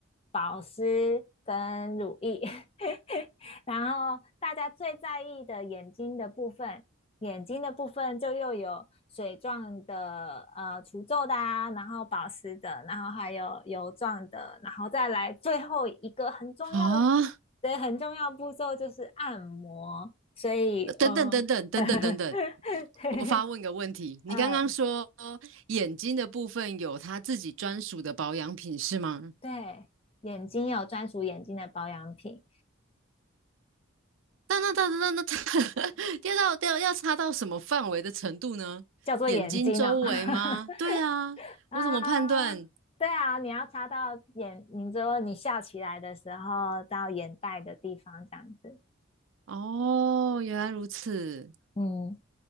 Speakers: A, on the left; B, on the right.
A: 保湿跟乳液，<laughs> <laughs> 然后大家最在意的眼睛的部分，眼睛的部分就又有水状的、呃除皱的啊，然后保湿的，然后还有油状的，然后再来最后一个很重要的、
B: 啊，
A: 对，很重要步骤就是按摩。所以，
B: 等等等等等等等等，
A: 呃，<laughs> 对，
B: 我发问个问题，你刚刚说
A: 嗯，
B: 眼睛的部分有它自己专属的保养品是吗？
A: 对，眼睛有专属眼睛的保养品，
B: 那那那那那 <laughs> 要到要要擦到什么范围的程度呢？
A: 叫做眼睛哦。
B: 眼睛周围吗？
A: <laughs>
B: 对呀，
A: 啊，
B: 我怎么判断？
A: 对啊，你要擦到眼，你说你笑起来的时候到眼袋的地方这样子，
B: 哦，原来如此。
A: 嗯，